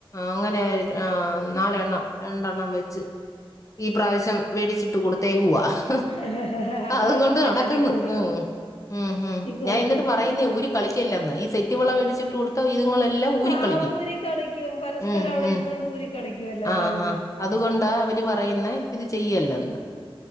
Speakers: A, on the left; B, on the left.
A: അങ്ങനെ ഒര്ത് ആഹ് നാലെണ്ണം രണ്ടെണ്ണം വെച് ച്ച് ഈ പ്രാവശ്യം വേടിച്ചിട്ട് കൊടുത്തേക്കവാ ഹ്
B: ആഹ് അതാവുമ്പോ
A: അതും കൊണ്ട്
B: പിന്നെ
A: നടക്കുന്നു
B: അധികം ഊരി
A: ഉം ഉം ഉം
B: കളിക്കത്തില്ല
A: ഞാൻ എന്നിട്ട് പറയുന്നയ ഊരി കളിക്കല്ലെന്ന് ഈ സെറ്റ് വേടിച്ചിട്ട് കൊടു ത്തൊ ഇതുങ്ങളെല്ലാം ഊരിക്കളിക്കും
B: ആഹ് ഊരി കളിക്കും പരസ്പരം
A: ഉം
B: അവിടെ
A: ഉം
B: ഇരുന്നോണ്ട് ഊരി കളിക്കുവല്ലോ എല്ലാരും
A: ആഹ് ആഹ്
B: കൂടി
A: അതുകൊണ്ടാ അവര് പറയുന്നെ ഇത് ചെയ്യല്ലന്ന്